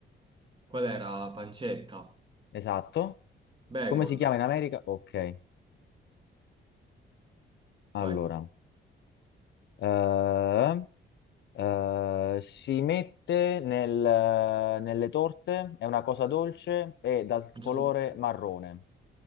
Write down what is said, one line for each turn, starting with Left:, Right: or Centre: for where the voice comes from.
Right: Qual era la pancetta?
Left: esatto.
Right: Bacon.
Left: Come si chiama in America? Ok, allora,
Right: Vai.
Left: eh, eh, si mette nel- nelle torte, è una cosa dolce e dal colore
Right: Zu,
Left: marrone.